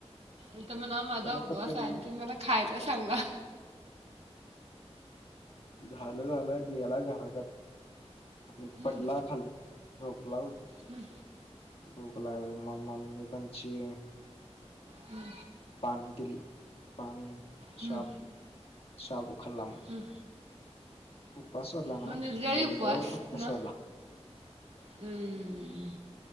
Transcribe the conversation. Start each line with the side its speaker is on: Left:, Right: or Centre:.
Right: इथं मला म्हणावा माझा
Left: त्यानं
Right: उपवास
Left: पकडलं
Right: आहे आणि तुम्ही खायातला सांगा.
Left: झालं झालं गेला घराक. आपण
Right: हं,
Left: सगळं खाली झोपला होतो.
Right: हं.
Left: भूक लागल म मम्मी त्यांची. <unintelligible>
Right: हम्म.
Left: पाणी दिली पाणी
Right: हं.
Left: साबू साबू खाल्ला मग.
Right: हम्म.
Left: उपास सोडला नाही
Right: म्हणजे गळी
Left: निर्जळ
Right: उपवास
Left: फक्त
Right: ना.
Left: सोडला
Right: हम्म